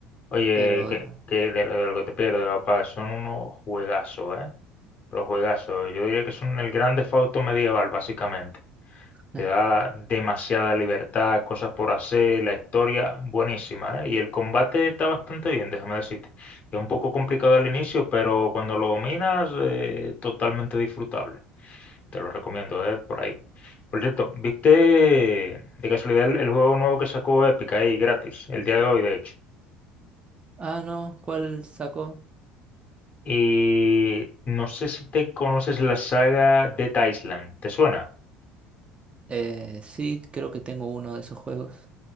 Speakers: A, on the left; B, on the right.
A: Oye,
B: Pero...
A: que, que de, lo de lo que te pierdes, papá, son unos juegazos, ¿eh? Pero juegazos. Yo diría que son el gran Theft Auto medieval, básicamente.
B: <laughs>
A: Te da demasiada libertad, cosas por hacer, la historia buenísima, ¿eh? Y el combate está bastante bien, déjame decirte. Es un poco complicado al inicio, pero cuando lo dominas, eh, totalmente disfrutable. Te lo recomiendo, ¿eh? Por ahí. Por cierto, ¿viste de casualidad el, el juego nuevo que sacó Epic ahí gratis, el día de hoy, de hecho?
B: Ah, no, ¿cuál sacó?
A: Y no sé si te conoces la saga Dead Island, ¿te suena?
B: Eh, sí, creo que tengo uno de esos juegos.